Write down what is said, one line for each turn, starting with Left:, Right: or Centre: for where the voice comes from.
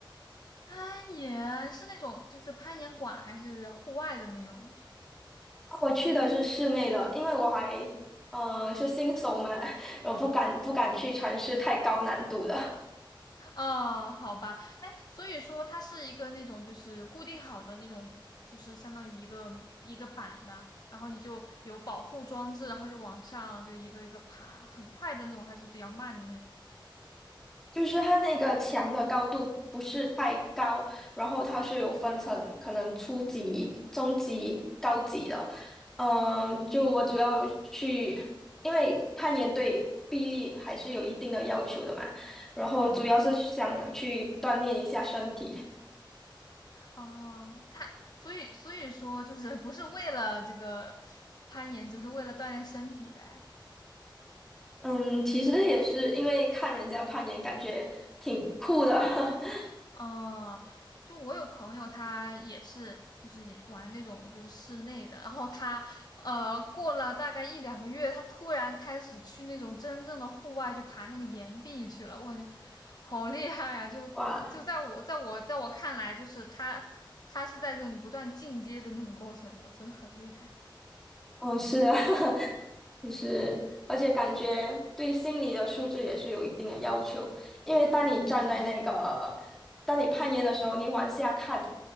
Left: 攀岩是那种就是攀岩馆还是户外的那种呢？
Centre: 我去的是室内的，因为我还呃是新手嘛，<laughs> 我不敢不敢去尝试太高难度的。
Left: 哦，好吧。哎，所以说它是一个那种就是固定好的那种，就是相当于一个一个板吧，然后你就有保护装置，然后就往上就一个一个爬，很快的那种还是比较慢的那种？
Centre: 就是它那个墙的高度不是太高，然后它是有分成可能初级、中级、高级的。嗯，就我主要有去，因为攀岩对臂力还是有一定的要求的嘛，然后主要是想去锻炼一下身体。
Left: 嗯嗯。哦，它所以所以说就是不是为了这个攀岩，只是为了锻炼身体呗。
Centre: 嗯，其实也是因为看人家攀岩，感觉挺酷的。<laughs>
Left: 哦，就我有朋友，他也是就是玩那种就是室内的，然后他呃过了大概一两个月，他突然开始去那种真正的户外去爬那个岩壁去了，我感觉好厉害啊！就就在我在我在我看来，
Centre: 哇，
Left: 就是他他是在这种不断进阶的那种过程的，真的很厉害。
Centre: 哦，是啊。就是，而且感觉对心理的素质也是有一定的要求，因为当你站在那个，
Left: 嗯嗯，
Centre: 当你攀岩的时候，你往下看，